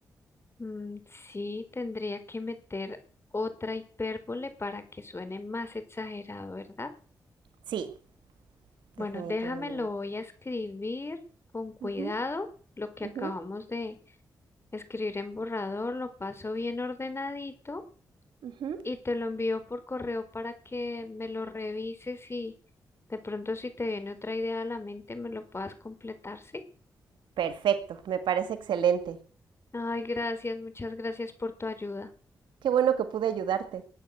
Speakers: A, on the left (about 35°); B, on the right (about 80°).
A: Mm, sí, tendría que meter otra hipérbole para que suene más exagerado, ¿verdad?
B: Sí,
A: Bueno,
B: definitivamente.
A: déjame, lo voy a escribir con cuidado.
B: Ujú,
A: Lo que acabamos
B: ujú,
A: de escribir en borrador, lo paso bien ordenadito
B: ujú.
A: y te lo envío por correo para que me lo revises y de pronto si te viene otra idea a la mente me lo puedas completar, ¿sí?
B: Perfecto, me parece excelente.
A: Ay, gracias, muchas gracias por tu ayuda.
B: Qué bueno que pude ayudarte.